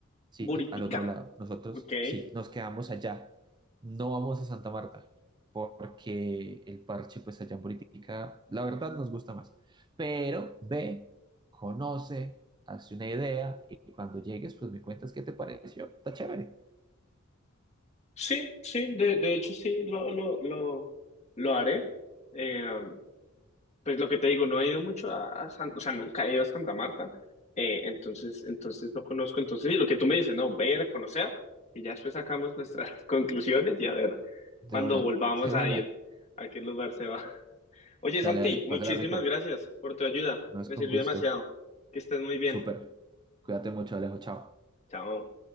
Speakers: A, on the right; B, on the left.
A: Sí,
B: Buritica.
A: al otro lado. Nosotros,
B: Ok,
A: sí, nos quedamos allá. No vamos a Santa Marta, porque el parche, pues allá en política, la verdad nos gusta más. Pero ve, conoce, hace una idea y cuando llegues, pues me cuentas qué te pareció. Está chévere.
B: sí, sí, de, de hecho sí, lo, lo, lo, lo haré. Eh, um, pues lo que te digo, no he ido mucho a, a San- o sea, nunca he ido a Santa Marta, eh, entonces, entonces no conozco, entonces sí, lo que tú me dices, no, ver, conocer, y ya después sacamos nuestras <laughs> conclusiones y a ver
A: De
B: cuando
A: una,
B: volvamos
A: de
B: a
A: una.
B: ir, a qué lugar se va. <laughs> Oye,
A: Dale,
B: Santi,
A: dale,
B: muchísimas
A: pásala rico.
B: gracias por tu ayuda,
A: No es
B: me sirvió
A: con gusto.
B: demasiado, que estés muy bien,
A: Súper. Cuídate mucho, Alejo. Chao.
B: chao.